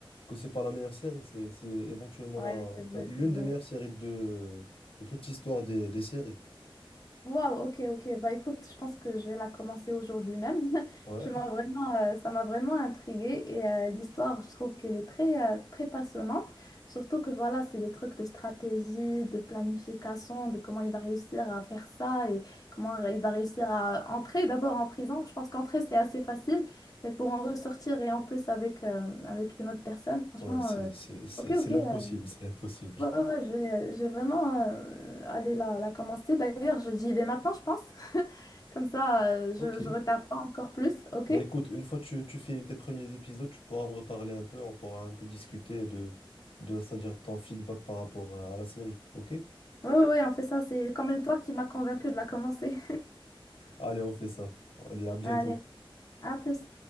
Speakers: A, on the left (about 80°); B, on the left (about 40°).
A: que c'est pas la meilleure série. C'est c'est éventuellement
B: Ouais,
A: la enfin
B: c'est vrai,
A: l'une
B: c'est vrai.
A: des meilleures séries de de toute l'histoire des, des séries.
B: Waouh, ok, ok. Bah écoute, je pense que je vais la commencer aujourd'hui même. <laughs>
A: Ouais,
B: Tu m'as vraiment, euh, ça m'a vraiment intriguée et euh, l'histoire, je trouve qu'elle est très, euh, très passionnante. Surtout que voilà, c'est des trucs de stratégie, de planification, de comment il va réussir à faire ça et comment il va réussir à entrer d'abord en prison. Je pense qu'entrer, c'est assez facile, mais pour en ressortir et en plus avec, euh, avec une autre personne, franchement,
A: ouais, c'est
B: euh,
A: c'est c'est
B: ok,
A: c'est
B: ok,
A: l'impossible,
B: euh,
A: c'est l'impossible.
B: Ouais, ouais, ouais, je vais, je vais vraiment euh, aller la, la commencer. D'ailleurs, je- j'y vais maintenant, je pense. <laughs> Comme ça, euh, je,
A: Ok.
B: je retarde pas encore plus, ok?
A: Mais
B: Ouais,
A: écoute, une fois que tu, tu finis tes premiers épisodes, tu pourras me reparler un peu, on pourra un peu discuter de de c'est-à-dire ton feedback par rapport à la série. Ok?
B: ouais, ouais, on fait ça. C'est quand même toi qui m'as convaincu de la commencer.
A: Allez, on fait ça. Allez, à bientôt.
B: <laughs> Allez, à plus.